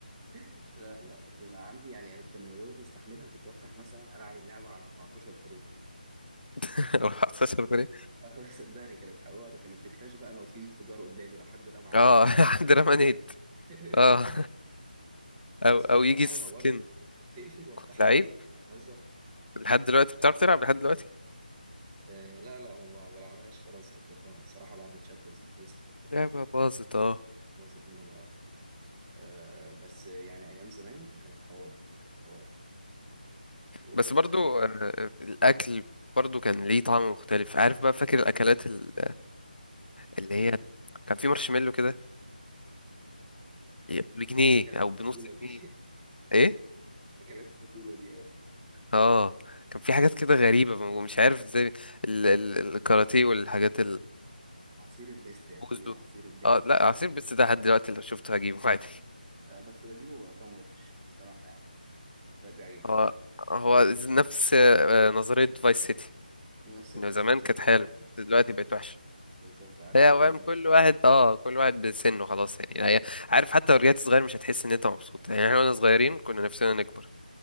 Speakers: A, on the right; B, on the left.
A: <laughs> لا لا انا عندي يعني كان يا دوب مستحملها كنت بفتح مثلا العب اللعبه على 14 فريم
B: <laughs> 14 جنيه
A: آه، <laughs> صدقني كانت حوار كانت تكراش بقى لو في انفجار قدامي لو حد رمى عليا
B: اه <laughs> حد
A: روكت
B: رمانيت
A: <laughs>
B: اه او
A: بس كنت
B: او يجي
A: بلعبها
B: سكن
A: برضه كنت بتقفل وافتحها
B: كنت لعيب
A: تاني ما نهزر
B: لحد دلوقتي بتعرف تلعب لحد دلوقتي
A: آه لا لا ما ب- بلعبهاش خلاص بطلتها الصراحة بعد الشابترز ما خلصت بطلتها
B: لعبة باظت اه
A: باظت منهم قوي آه بس يعني أيام زمان كانت حوار كانت حوار وأكلات
B: بس برضو آه، الأكل برضو كان ليه طعم مختلف عارف بقى فاكر الأكلات ال- اللي هي كان في مارشميلو كده بجنيه
A: الطفولة
B: أو بنص
A: دي
B: جنيه إيه؟
A: <laughs> أكلات الطفولة دي اه
B: اه كان في حاجات كده غريبة ومش عارف ازاي ال... ال... الكاراتيه والحاجات
A: عصير البيست يا أخويا
B: البوزو
A: عصير البيست
B: اه لا عصير بس ده لحد دلوقتي لو شفته هجيبه <laughs> عادي
A: آه بس بجيبه بقى طعم وحش صراحة يعني مبقاش بيعجبني
B: هو هو نفس آه، نظرية فايس سيتي
A: نفس بالظبط
B: انه زمان كانت
A: اللي هو
B: حلوة بس دلوقتي بقت وحشة
A: بالظبط عارف
B: هي
A: الدنيا
B: فاهم كل
A: ماشية
B: واحد اه كل واحد بسنه خلاص يعني هي عارف حتى لو رجعت صغير مش هتحس ان انت مبسوط يعني احنا واحنا صغيرين كنا نفسنا نكبر